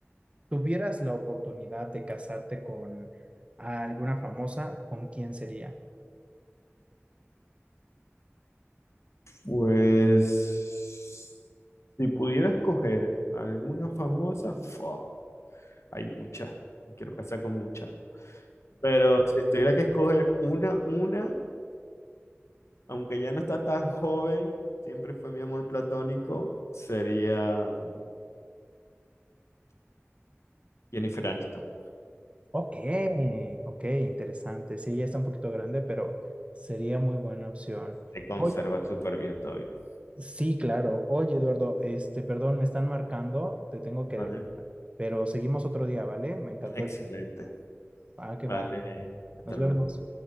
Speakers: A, on the right; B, on the left.
A: tuvieras la oportunidad de casarte con alguna famosa, ¿con quién sería?
B: Pues, si pudiera escoger alguna famosa, fa, hay muchas. Me quiero casar con muchas. Pero si tuviera que escoger una, una. aunque ya no está tan joven, siempre fue mi amor platónico, sería mm, Jennifer Aniston.
A: Ok, ok, interesante. Sí, ya está un poquito grande, pero sería muy buena opción.
B: Se conserva
A: Oye,
B: súper bien todavía.
A: sí, claro. Oye, Eduardo, este, perdón, me están marcando, te tengo
B: Vale,
A: que dejar, pero seguimos otro día, ¿vale? Me encantó.
B: excelente.
A: el- Ah, que
B: Vale,
A: va.
B: hasta
A: Nos
B: luego.
A: vemos.